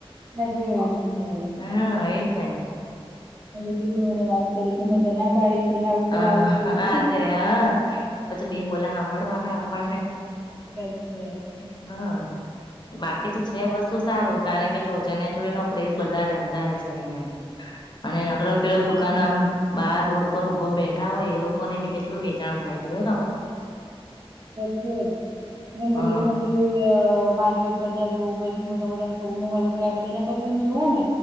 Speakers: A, on the right; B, on the left.
A: <unintelligible> વાત
B: હા એજ ને
A: કરી મે ના પાડીથી આવું થયું
B: હા
A: આવું થયું.
B: <inaudible> પછી બે બોલા સાંભળવાના આપણને.
A: સાચી વાત છે.
B: હમ બાકી
A: એકદમ
B: તો છે
A: પારદર્શક
B: વસ્તુ સારું કારણ કે જો ચન્યાચોડી નો ક્રેઝ વધારે વધારે છે અહિયાં
A: હમ
B: <inaudible> દુકાન આમ બહાર રોડ પર ઉભ‌ બેઠા હોય એ લોકોને બી કેટલું વેચાણ થાય જોય તમારે
A: છે અને
B: હા
A: મોટી મોટી માર્કેટ કરતા જોવ‌પછી મોટા મોટા મોલ હોય આ બધા ના કરતા તમે જુઓ ને